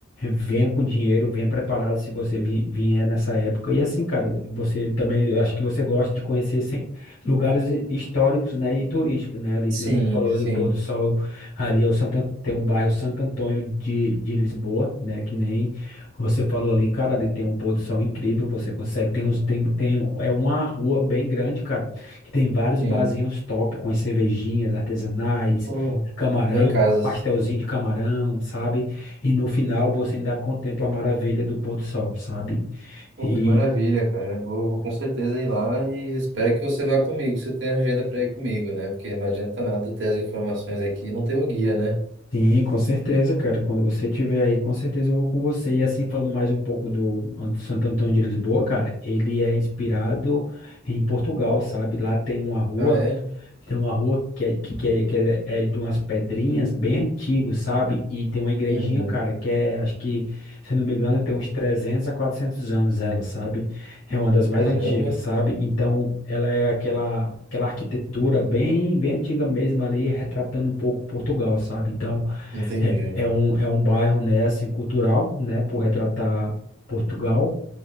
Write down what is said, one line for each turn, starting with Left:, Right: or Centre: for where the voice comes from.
Left: Venha com dinheiro, venha preparado se você vi- vier nessa época. E assim, cara, você também, eu acho que você gosta de conhecer sem- lugares hi- históricos, né, e turísticos, né, ali
Right: sim,
Left: que nem você falou
Right: sim,
Left: ali do pôr do sol, ali é o Santa, tem o bairro Santo Antônio de, de Lisboa, né, que nem você falou ali, cara, ali tem um pôr do sol incrível, você consegue, tem uns, tem, tem, é uma rua bem grande, cara, que tem vários
Right: sim.
Left: barzinhos top com as cervejinhas artesanais,
Right: Pô,
Left: camarão,
Right: tô em casa.
Left: pastelzinho de camarão, sabe? E no final você ainda contempla a maravilha do pôr do sol, sabe?
Right: Pô,
Left: E
Right: que maravilha, cara. Vou, vou com certeza ir lá e espero que você vá comigo. Você tem agenda para ir comigo, né? Porque não adianta nada eu ter as informações aqui e não ter o guia, né?
Left: sim, com certeza, cara. Quando você estiver aí, com certeza eu vou com você. E assim, falando mais um pouco do Ant- Santo Antônio de Lisboa, cara, ele é inspirado em Portugal, sabe? Lá tem uma rua.
Right: Ah, é?
Left: Tem uma rua que, é, que, que é, que é é de umas pedrinhas bem antigas, sabe? E tem uma igrejinha,
Right: Uhum.
Left: cara, que é, acho que, se eu não me engano, tem uns 300 a 400 anos ela, sabe? É uma das mais
Right: Caramba.
Left: antigas, sabe? Então, ela é aquela, aquela arquitetura bem, bem antiga mesmo ali, retratando um pouco Portugal, sabe? Então,
Right: Entendi.
Left: é, é um, é um bairro, né, assim, cultural, né, por retratar Portugal